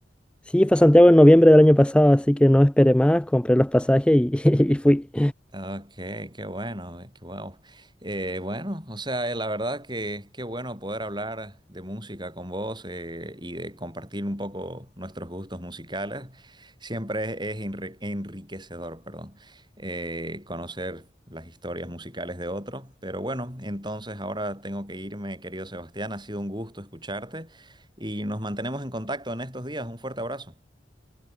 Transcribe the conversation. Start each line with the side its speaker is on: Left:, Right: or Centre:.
Centre: Sí, fue a Santiago en noviembre del año pasado, así que no esperé más, compré los pasajes y <laughs> y fui.
Right: Ok, qué bueno, eh, qué bueno. Eh, bueno, o sea, eh, la verdad que qué bueno poder hablar de música con vos eh, y de compartir un poco nuestros gustos musicales. Siempre es enri- enriquecedor, perdón, eh, conocer las historias musicales de otros. Pero bueno, entonces ahora tengo que irme, querido Sebastián. Ha sido un gusto escucharte y nos mantenemos en contacto en estos días. Un fuerte abrazo.